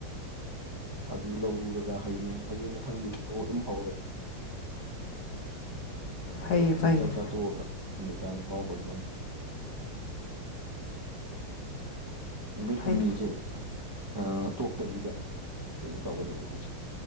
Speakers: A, on the right (about 40°); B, on the left (about 65°).
A: ꯑꯗꯨ ꯂꯧꯔꯨꯔꯒ ꯍꯌꯦꯡ ꯍꯌꯦꯡ ꯃꯊꯪꯗꯩꯗꯤ ꯊꯕꯛ ꯑꯗꯨꯝ ꯍꯧꯔꯅꯤ
B: ꯐꯩꯌꯦ
A: ꯍꯦꯛ
B: ꯐꯩꯌꯦ
A: ꯆꯥꯛ ꯆꯥ ꯇꯣꯛꯑꯒ ꯅꯨꯃꯤꯗꯥꯡ ꯐꯥꯎꯕ ꯑꯗꯨꯃꯥꯏ ꯅꯨꯃꯤꯠ
B: ꯐꯩ
A: ꯍꯨꯝꯅꯤꯁꯦ ꯑꯥ ꯇꯣꯛꯇꯕꯤꯗ ꯀꯩꯅꯣ ꯇꯧꯒꯗꯧꯕ ꯑꯩꯈꯣꯏꯁꯦ